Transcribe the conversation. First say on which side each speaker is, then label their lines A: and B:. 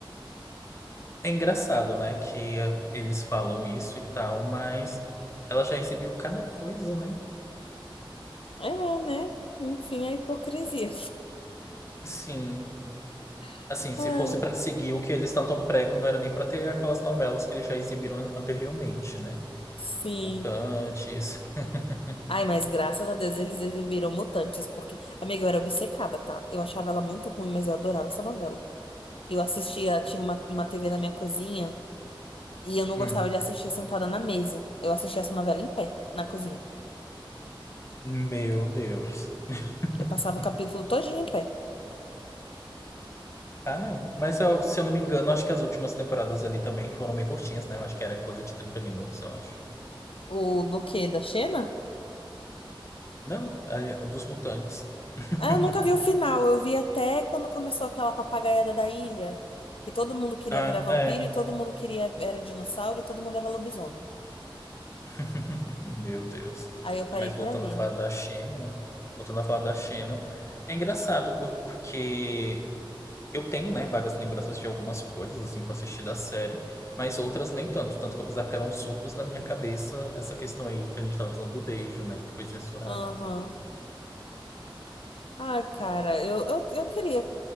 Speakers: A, on the left; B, on the left.
A: É engraçado, né, que eh, eles falam isso e tal, mas ela já exibiu cada coisa, né?
B: É, né? Enfim, a hipocrisia.
A: Sim.
B: <laughs>
A: Assim, se
B: Ai,
A: fosse pra seguir o que eles tanto pregam, não era nem pra ter aquelas novelas que eles já exibiram an- anteriormente, né?
B: Sim.
A: Mutantes. <laughs>
B: Ai, mas graças a Deus eles exibiram Mutantes, porque, amiga, eu era obcecada, tá? Eu achava ela muito ruim, mas eu adorava essa novela. Eu assistia, tinha uma, uma TV na minha cozinha, e eu não gostava
A: Hum.
B: de assistir sentada na mesa. Eu assistia essa novela em pé, na cozinha.
A: Meu Deus. <laughs>
B: Eu passava o capítulo todinho em pé.
A: Cara, mas eu- se eu não me engano, acho que as últimas temporadas ali também foram meio curtinhas, né? Eu acho que era coisa de trinta minutos, eu acho.
B: O do quê? Da Xena?
A: Não, é, dos mutantes. <laughs>
B: Ah, eu nunca vi o final. Eu vi até quando começou aquela papagaiada da ilha, que todo mundo queria
A: Ah,
B: virar vampiro
A: é.
B: e todo mundo queria era dinossauro e todo mundo era lobisomem.
A: <laughs> Meu Deus.
B: Aí eu parei
A: Mas
B: por
A: voltando
B: ali.
A: a falar da China, voltando a falar da China, é engraçado porque eu tenho, né, vagas lembranças de algumas coisas assim que eu assisti da série, mas outras nem tanto, tanto que eu pensava que eram surtos na minha cabeça essa questão aí que a gente tava falando do beijo, né, que foi censurado.
B: Aham. Ai, cara, eu, eu, eu queria.